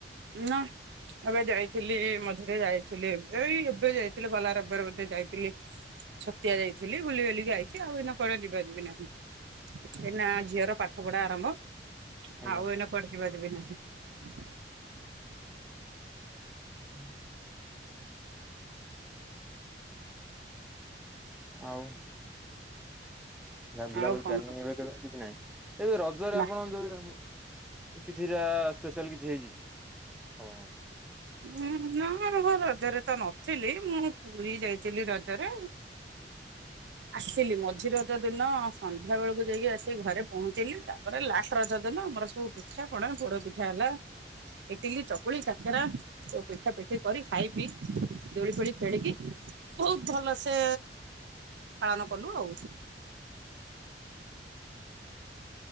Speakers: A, on the right (about 80°); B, in the centre.
A: ନା ଏବେ ଯାଇଥିଲି, ମଝିରେ ଯାଇଥିଲି। ଏଇ ଏବେ ଯାଇଥିଲି, ଗଲା ରବିବାରରେ ବୋଧେ ଯାଇଥିଲି। ଛତିଆ ଯାଇଥିଲି ବୁଲି ବାଲିକି ଆଇଥିଲି। ଆଉ ଏଇନା ପରେ ଯିବା ଯିବି ନାହିଁ। ଏଇନା ଝିଅର ପାଠ ପଢା ଆରମ୍ଭ
B: ଆଜ୍ଞା
A: ଆଉ ଏଇନା କୁଆଡେ ଯିବା ଯିବି ନାହିଁ।
B: <unintelligible> ଆଉ ନା ବୁଲାବୁଲି
A: ଆଉ କଣ
B: ପ୍ଲାନିଂ
A: ସବୁ
B: ଏବେ କିଛି ନାହିଁ। ଏଇ ରଜରେ
A: ନା।
B: ଆପଣ ଯୋଉ କିଛିଟା ସ୍ପେଶାଲ କିଛି ହେଇଛି। ଆପଣଙ୍କର?
A: ଉଁ-ନା ରଜରେ ତ ନଥିଲି। ମୁଁ ପୁରୀ ଯାଇଥିଲି ରଜ ରେ ଆସିଲି। ମଝିର ରଜ ଦିନ ଆ ସନ୍ଧ୍ୟା ବେଳକୁ ଯାଇକି ଆସିକି ଘରେ ପହଞ୍ଚିଲି। ତାପରେ ଲାଷ୍ଟ ରଜ ଦିନ ଆମର ସବୁ ପିଠା ପଣା ପୋଡ ପିଠା ହେଲା। ଇ ଇଟିଲିି, ଚକୁଳି, କାକେରା ସବୁ ପିଠା ପିଠି କରି ଖାଇ ପିଇ ଦୋଳି ଫୋଳି ଖେଳିକି ବହୁତ ଭଲସେ ପାଳନ କଲୁ ଆଉ